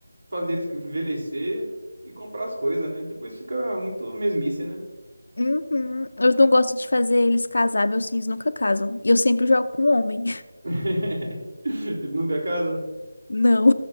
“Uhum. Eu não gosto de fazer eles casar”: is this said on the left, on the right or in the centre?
Left